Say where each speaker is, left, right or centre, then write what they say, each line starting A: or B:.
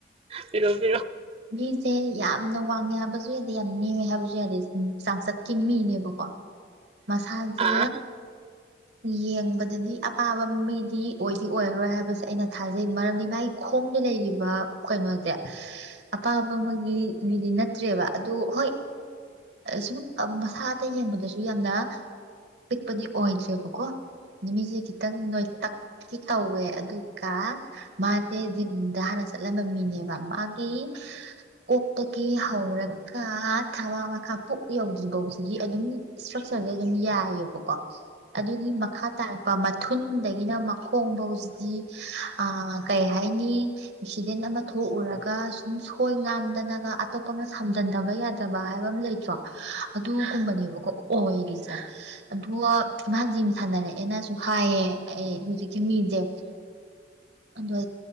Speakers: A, on the right; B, on the right.
A: ꯄꯤꯔꯣ ꯄꯤꯔꯣ
B: ꯃꯤꯁꯦ ꯌꯥꯝꯅ ꯋꯥꯡꯉꯦ ꯍꯥꯏꯕꯁꯨ ꯌꯥꯗꯦ ꯌꯥꯝ ꯅꯦꯝꯃꯦ ꯍꯥꯏꯕꯁꯨ ꯌꯥꯗꯦ ꯆꯥꯡꯆꯠꯀꯤ ꯃꯤꯅꯦꯕꯀꯣ ꯃꯁꯥꯁꯦ
A: ꯑꯥ
B: ꯌꯦꯡꯕꯗꯗꯤ ꯑꯄꯥꯕ ꯃꯤꯗꯤ ꯑꯣꯏꯗꯤ ꯑꯣꯏꯔꯔꯣꯏ ꯍꯥꯏꯕꯁꯦ ꯑꯩꯅ ꯊꯥꯖꯩ ꯃꯔꯝꯗꯤ ꯃꯥꯒꯤ ꯈꯣꯡꯗ ꯂꯩꯔꯤꯕ ꯀꯩꯅꯣꯁꯦ ꯑꯄꯥꯕ ꯑꯃꯒꯤ ꯃꯤꯗꯤ ꯅꯠꯇ꯭ꯔꯦꯕ ꯑꯗꯨ ꯍꯣꯏ ꯁꯨꯝ ꯃꯁꯥ ꯑꯇꯩ ꯌꯦꯡꯕꯗꯁꯨ ꯌꯥꯝꯅ ꯄꯤꯛꯄꯗꯤ ꯑꯣꯏꯗ꯭ꯔꯦꯕꯀꯣ ꯅꯨꯃꯤꯠꯁꯦ ꯈꯤꯇꯪ ꯅꯣꯏꯇꯛꯇꯤ ꯇꯧꯋꯦ ꯑꯗꯨꯒ ꯃꯥꯁꯦ ꯖꯤꯝꯗ ꯍꯥꯟꯅ ꯆꯠꯂꯝꯕ ꯃꯤꯅꯦꯕ ꯃꯥꯒꯤ ꯀꯣꯛ ꯒꯤ ꯍꯧꯔꯒ ꯊꯥꯕꯥꯛ ꯃꯈꯥ ꯄꯨꯛ ꯌꯧꯗ꯭ꯔꯤ ꯐꯧꯁꯤꯗꯤ ꯑꯗꯨꯝ ꯏꯁꯇ꯭ꯔꯛꯆꯔꯖꯦ ꯑꯗꯨꯝ ꯌꯥꯏꯌꯦꯕꯀꯣ ꯑꯗꯨꯒꯤ ꯃꯈꯥ ꯇꯥꯔꯛꯄ ꯃꯊꯨꯟꯗꯒꯤꯅ ꯃꯈꯣꯡ ꯐꯥꯎꯖꯤꯗꯤ ꯑ ꯀꯩ ꯍꯥꯏꯅꯤ ꯑꯦꯛꯁꯤꯗꯦꯟ ꯑꯃ ꯊꯣꯛꯎꯔꯒ ꯁꯨꯝ ꯁꯣꯏ ꯉꯝꯗꯅꯒ ꯑꯇꯣꯞꯄꯅ ꯁꯝꯖꯟꯗꯕ ꯌꯥꯗꯦ ꯐꯠꯇꯕ ꯍꯥꯏꯕ ꯑꯃ ꯂꯩꯇ꯭ꯔꯣ ꯑꯗꯨꯒꯨꯝꯕꯅꯦꯕꯀꯣ ꯑꯣꯏꯔꯤꯁꯦ ꯑꯗꯨꯒ ꯃꯥ ꯖꯤꯝ ꯁꯥꯟꯅꯔꯛꯑꯦꯅꯁꯨ ꯍꯥꯏꯌꯦ ꯑꯩ ꯍꯧꯖꯤꯛꯀꯤ ꯃꯤꯁꯦ ꯑꯗꯣ